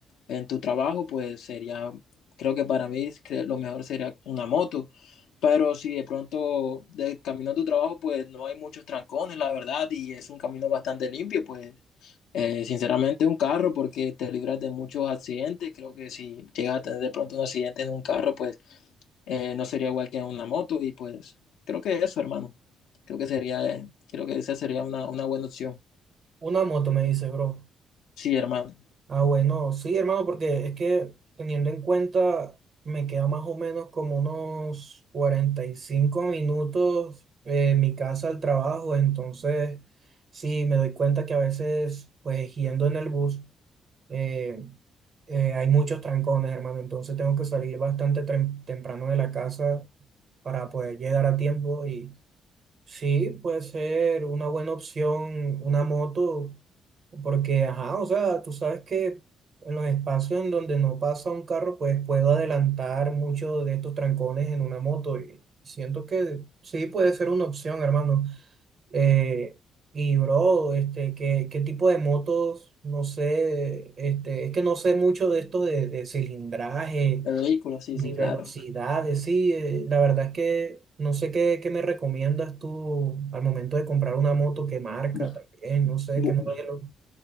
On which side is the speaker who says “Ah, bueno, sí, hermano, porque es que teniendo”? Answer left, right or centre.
Right